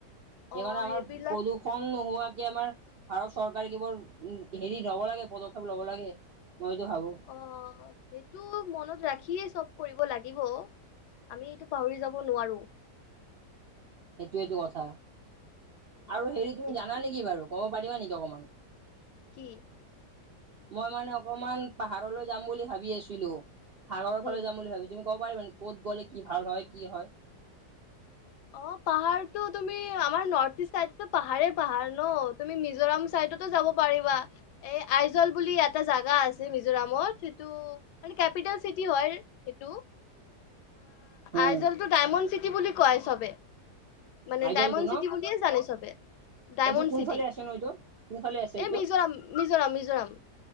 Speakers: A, on the right; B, on the left.
A: সেইকাৰণে
B: অ
A: আমাৰ
B: সেইবিলাক
A: প্ৰদূষণ। নোহোৱাকে আমাৰ ভাৰত চৰকাৰে কেৱোৰ উ হেৰি লব লাগে পদক্ষেপ লব লাগে। মইতো ভাবো
B: অ সেইটো মনত ৰাখিয়ে চব। কৰিব লাগিব আমি এইটো পাহৰি যাব নোৱাৰো?
A: এইেইটো এইটো কথা
B: অ
A: আৰু হেৰি তুমি
B: ঠিক
A: জানা
B: ঠিক
A: নেকি বাৰু ক'ব পাৰিবা নেকি অকমান।
B: কি
A: মই মানে অকমান পাহাৰলৈ যাম বুলি ভাবি আছিলো, সাগৰৰ
B: উম।
A: ফালে যাম বুলি ভাবিছো। ক'ব পাৰি মানে ক'ত গ'লে কি ভাল হয় কি হয়।
B: অ পাহাৰটো তুমি আমাৰ নৰ্থ ইষ্ট চাইদটো পাহাৰ পাহাৰ ন। তুমি মিজোৰাম চাইডতো যাব পাৰিবা। এই আইজল বুলি এটা জাগা আছে মিজোৰামত, সেইটো কেপিতেল চিটি হয় সেইটো।
A: উম
B: আইজলটো ডাইমণ্ড চিটি বুলি কয়। চব মানে
A: আইজলটো
B: ডায়মণ্ড চিটি
A: ন
B: বুলিয়ে জানে চবে। ডায়মণ্ড
A: এইটো কোনফালে
B: চিটি,
A: আছে ন এইটো কোনফালে আছে
B: এই
A: এইটো
B: মিজোৰাম মিজোৰাম মিজোৰাম।